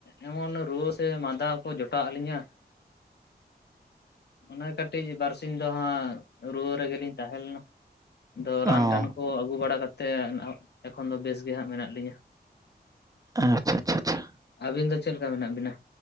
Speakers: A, on the left; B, on the right.
A: ᱮᱢᱚᱱ ᱨᱩᱣᱟᱹ ᱥᱮ ᱢᱟᱸᱫᱟ ᱠᱚ ᱡᱚᱴᱟᱣᱟᱜ ᱞᱤᱧᱟ᱾ <inaudible> ᱚᱱᱮ ᱠᱟᱹᱴᱤᱡ ᱵᱟᱨᱥᱤᱧ ᱫᱚ ᱦᱟᱸᱜ ᱱᱚᱰᱮ ᱜᱮ ᱞᱤᱧ ᱛᱟᱦᱮᱸ ᱞᱮᱱᱟ ᱾ <inaudible> ᱟᱫᱚ
B: ᱚ
A: ᱨᱟᱱ ᱴᱟᱱ ᱠᱚ ᱠᱚ ᱟᱹᱜᱩ ᱵᱟᱲᱟ ᱠᱟᱛᱮᱫ ᱮᱠᱷᱚᱱ ᱫᱚ ᱵᱮᱥ ᱜᱮ ᱦᱟᱸᱜ ᱢᱮᱱᱟᱜ ᱞᱤᱧᱟ ᱾
B: ᱟᱪᱪᱷᱟ ᱟᱪᱪᱷᱟ ᱟᱪᱪᱷᱟ ᱾
A: ᱟᱹᱵᱤᱱ ᱫᱚ ᱪᱮᱫ ᱞᱮᱠᱟ ᱢᱮᱱᱟᱜ ᱵᱤᱱᱟ?